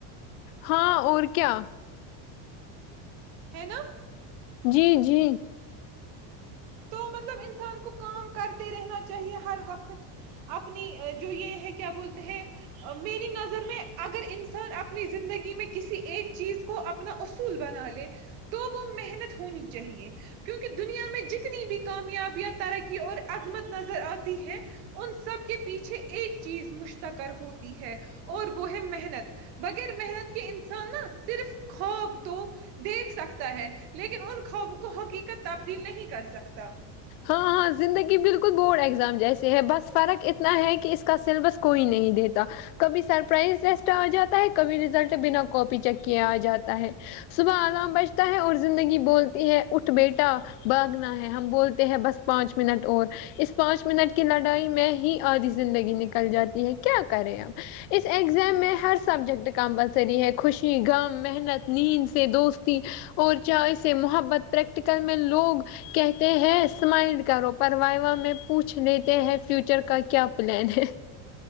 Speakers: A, on the left; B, on the right.
A: ہاں اور کیا
B: ہے نا
A: جی جی
B: تو مطلب انسان کو کام کرتے رہنا چاہیے ہر وقت اپنی جو یہ ہے کیا بولتے ہیں میری نظر میں اگر انسان اپنی زندگی میں کسی ایک چیز کو اپنا اصول بنا لے تو وہ محنت ہونی چاہیے کیونکہ دنیا میں جتنی بھی کامیابیاں ترقی اور عظمت نظر آتی ہے ان سب کے پیچھے ایک چیز مشتکر ہوتی ہے اور وہ ہے محنت بغیر محنت کے انسان نہا صرف خوب تو دیکھ سکتا ہے لیکن ان خواب کو حقیق تبدیل نہیں کر سکتا
A: ہاں ہاں زندگی بالکل بورڈ ایگزام جیس ہے بس فرق اتنا ہے کہ اس کا سلیبس کوئی نہیں دیتا کبھی سرپرائز ریسٹ آ جاتا ہے کبھی رزلٹ بنا کاپی چیک کے آ جاتا ہے صبح آرام بجتا ہے اور زندگی بولتی ہے اٹھ بیٹا بھاگنا ہے ہم بولتے بس پانچ منٹ اور اس پانچ منٹ کی لڑائی میں ہی آدھی زندگی نکل جاتی ہے کیا کرے اب اس ایگزام میں ہر سبجیکٹ کمپلسری ہے خوشی غم محنت نیند سے دوستی اور چائے سے محبت پریکٹیکل میں لوگ کہتے ہیں اسمائل کرو پرووا میں پوچھ لیتے ہیں فیوچر کا کیا پلان ہے